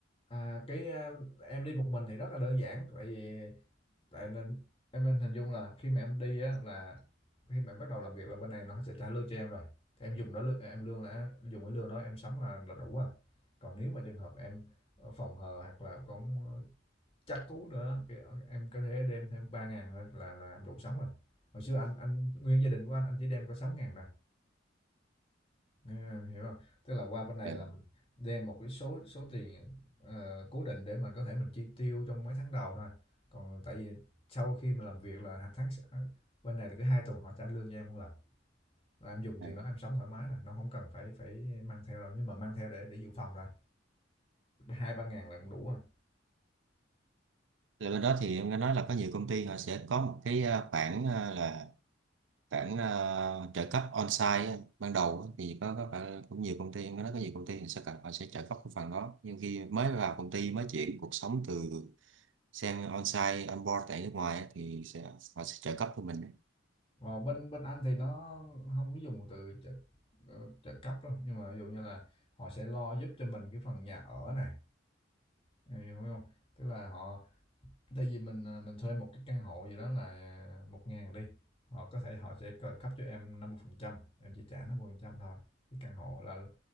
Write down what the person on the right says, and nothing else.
Dạ.
À.
là bên đó thì em nghe nói là có nhiều công ty họ sẽ có một cái à, khoản à, là khoản à, trợ cấp on-site á, ban đầu á, thì có có phải cũng nhiều công ty em nghe nói có nhiều công ty thì sẽ cần họ sẽ trợ cấp cái phần đó nhưng khi mới vào công ty mới chuyển cuộc sống từ sang on-site on-board tại nước ngoài á, thì sẽ họ sẽ trợ cấp cho mình đấy.